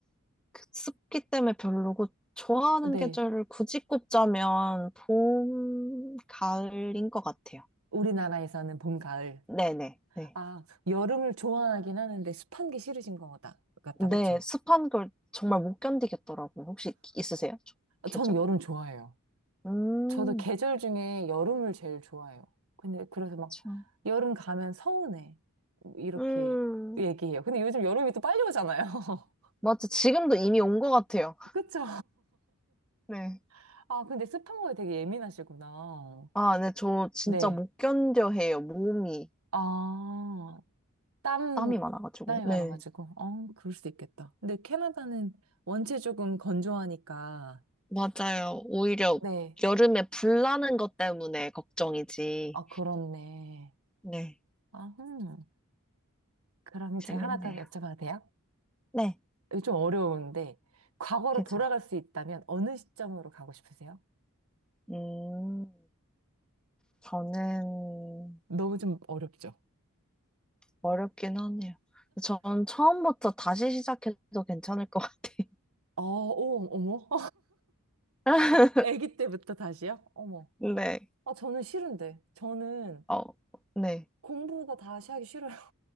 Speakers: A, in the centre; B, on the right (about 80°).
A: 그 습기 때문에 별로고, 좋아하는
B: 네.
A: 계절을 굳이 꼽자면 봄, 가을인 것 같아요.
B: 우리나라에서는 봄, 가을.
A: 네네. 네.
B: 아, 여름을 좋아하긴 하는데 습한 게 싫으신 것 같다, 같다,
A: 네,
B: 그쵸?
A: 습한 걸 정말 못 견디겠더라고요. 혹시 있으세요? 계절?
B: 전 여름 좋아해요.
A: 음,
B: 저도 계절 중에 여름을 제일 좋아해요. 근데 그래서
A: 그쵸.
B: 막 여름 가면 서운해. 이렇게
A: 음,
B: 얘기해요. 근데 요즘 여름이 또 빨리 오잖아요. <laughs>
A: 맞지. 지금도 이미 온 것 같아요.
B: 그쵸?
A: 네.
B: <laughs> 아, 근데 습한 거에 되게 예민하시구나.
A: 아, 네, 저 진짜
B: 네.
A: 못 견뎌 해요. 몸이
B: 아, 땀,
A: 땀이 많아가지고.
B: 땀이
A: 네.
B: 많아가지고. 어, 그럴 수도 있겠다. 근데 캐나다는 원체 조금 건조하니까
A: 맞아요. 오히려,
B: 네.
A: 여름에 불 나는 것 때문에 걱정이지.
B: 아, 그렇네.
A: 네.
B: 아, 흠 그러면
A: 재밌네요.
B: 제가 하나 더 여쭤봐도 돼요?
A: 네,
B: 이거 좀 어려운데, 과거로
A: 괜찮아요.
B: 돌아갈 수 있다면 어느 시점으로 가고 싶으세요?
A: 음, 저는
B: 너무 좀 어렵죠?
A: 어렵긴 하네요. 전 처음부터 다시 시작해도 괜찮을 것 같아요.
B: 어, 오, 어머.
A: <laughs>
B: <laughs> 아기 때부터 다시요? 어머.
A: 네.
B: 아, 저는 싫은데. 저는
A: 어, 네.
B: 공부가 다시 하기 싫어요.